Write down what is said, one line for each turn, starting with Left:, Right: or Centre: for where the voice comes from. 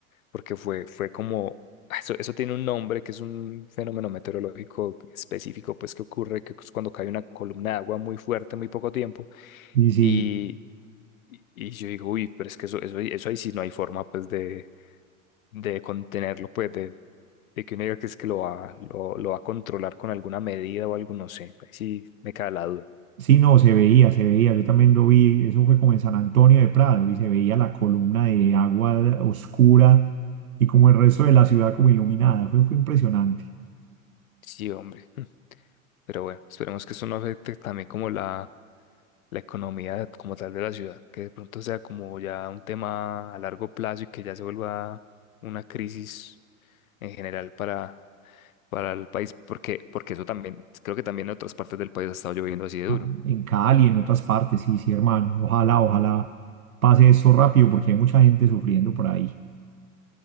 Left: porque fue, fue como, ah, eso, eso tiene un nombre que es un fenómeno meteorológico específico, pues que ocurre que es cuando cae una columna de agua muy fuerte en muy poco tiempo
Right: Y sí.
Left: y, y y yo digo, uy, pero es que eso, eso, ahí- eso ahí sí no hay forma, pues, de, de contenerlo, pues, de, de que uno diga que es que lo va, lo, lo va a controlar con alguna medida o algo, no sé. Ahí sí me cae la duda.
Right: Sí, no, se veía, se veía. Yo también lo vi. Eso fue como en San Antonio de Prado y se veía la columna de agua oscura y como el resto de la ciudad como iluminada. Fue, fue impresionante.
Left: Sí, hombre. <laughs> Pero bueno, esperemos que eso no afecte también como la, la economía como tal de la ciudad, que de pronto sea como ya un tema a largo plazo y que ya se vuelva una crisis en general para para el país, porque, porque eso también, creo que también en otras partes del país ha estado lloviendo así de duro.
Right: Ah, En Cali, en otras partes, sí, sí, hermano. Ojalá, ojalá pase eso rápido porque hay mucha gente sufriendo por ahí.